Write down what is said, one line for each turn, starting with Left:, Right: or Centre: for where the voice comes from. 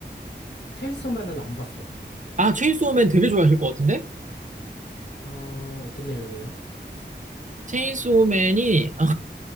Left: 체인소맨은 안 봤어요.
Right: 아 체인소우맨 되게 좋아하실 것 같은데
Left: 어, 어떤 내용이에요?
Right: 체인소우맨이